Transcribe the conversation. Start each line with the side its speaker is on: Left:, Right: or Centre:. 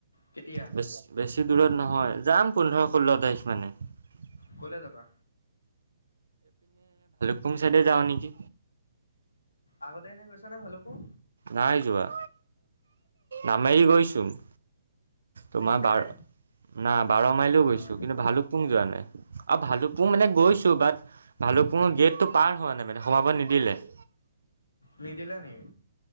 Left: কেতিয়া
Right: বেছ্‌ বেছি দূৰত নহয় ।যাম পোন্ধ-ষোল্ল তাৰিখ মানে ।
Left: ক'লে যাবা?
Right: পুং চাইডে যাওঁ নেকি?
Left: আগতে এনেই গৈছা নে ভালুকপুং?
Right: নাই যোৱা। নামেৰি গৈছো । তোমাৰ
Left: আজিলৈকে
Right: বাৰ্‌,
Left: নাই
Right: না বাৰ মাইলেও
Left: অ'।
Right: গৈছো কিন্তু ভালুক পুং যোৱা নাই । অ ভালুকপুং মানে, গৈছো বাট ভালুপুংৰ গেটটো পাৰ হোৱা নাই মানে, সোমাব নিদিলে ।
Left: নিদিলে নেকি?